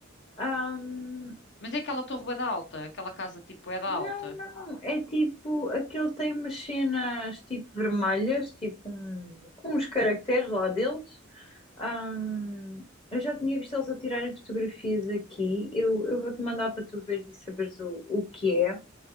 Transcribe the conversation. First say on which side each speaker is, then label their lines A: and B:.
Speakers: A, on the left; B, on the left.
A: Um,
B: Mas é aquela torre bué da alta, aquela casa tipo é da
A: Não,
B: alta.
A: não, é tipo, aquele tem umas cenas tipo vermelhas, tipo um, com os caracteres lá deles. Ahm, eu já tinha visto eles a tirarem fotografias aqui. Eu, eu vou-te mandar para tu veres e saberes o, o que é.